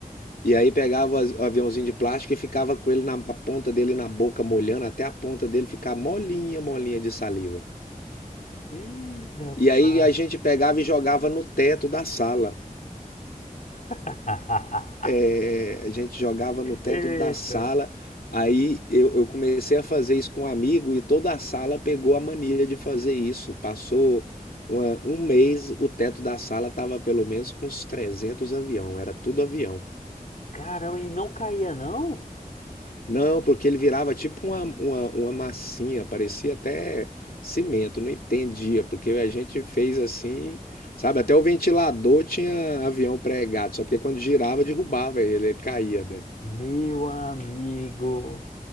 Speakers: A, on the left (about 80°); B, on the left (about 60°).
A: E aí pegava o aviãozinho de plástico e ficava com ele na a ponta dele na boca, molhando até a ponta dele ficar molinha, molinha de saliva.
B: ih, rapaz.
A: E aí a gente pegava e jogava no teto da sala.
B: <laughs>
A: é, a gente jogava no teto
B: Eita.
A: da sala. Aí eu, eu comecei a fazer isso com um amigo e toda a sala pegou a mania de fazer isso. Passou uma- um mês, o teto da sala tava pelo menos com uns 300 avião, era tudo avião.
B: Caramba, e não caía, não?
A: Não, porque ele virava tipo uma, uma, uma massinha, parecia até cimento, não entendia, porque a gente fez assim, sabe? Até o ventilador tinha avião pregado, só porque quando girava derrubava ele, ele caía, né?
B: Meu amigo.